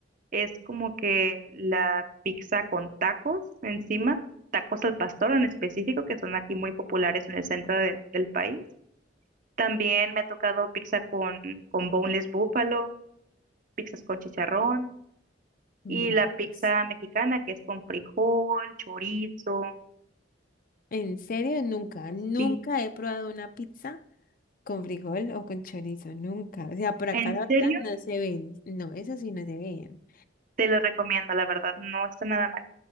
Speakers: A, on the right; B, on the left.
A: es como que la pizza con tacos encima, tacos al pastor en específico, que son aquí muy populares en el centro del del país. También me ha tocado pizza con, con boneless búfalo, pizzas con chicharrón
B: mira,
A: y la pizza
B: pues.
A: mexicana que es con frijol, chorizo.
B: En serio, nunca, nunca
A: Sí,
B: he probado una pizza con frijol o con chorizo, nunca. O sea, por acá
A: en
B: la
A: serio,
B: verdad no se ven. No, esas sí no se ven
A: te lo recomiendo, la verdad, no está nada mal.